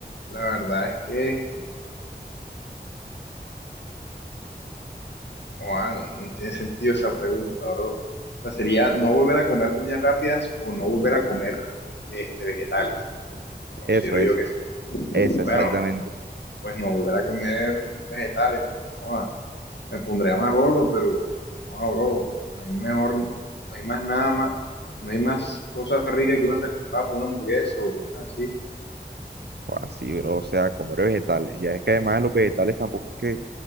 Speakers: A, on the left; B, on the right.
A: la verdad es que... Guau, no, no tiene sentido esa pregunta, bro. O sea, sería no volver a comer comidas rápidas o no volver a comer este, vegetales. Considero
B: Eso es,
A: yo que sí.
B: esa
A: Bueno,
B: exactamente.
A: pues no volver a comer vegetales. pues, joda, me pondría más gordo, pero joda, bro, no hay mejor, no hay más nada más, no hay más cosas ricas que una salchipapa, una hamburguesa o cosas así.
B: Así, bro, o sea, comer vegetales. Ya es que además los vegetales tampoco es que